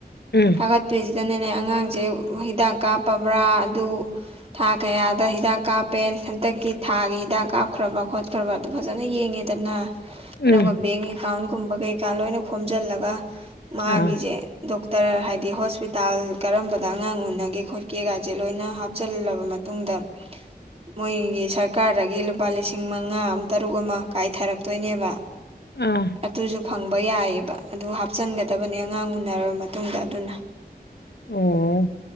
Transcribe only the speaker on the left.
ꯎꯝ
ꯎꯝ
ꯑꯥ
ꯑꯥ
ꯑꯣ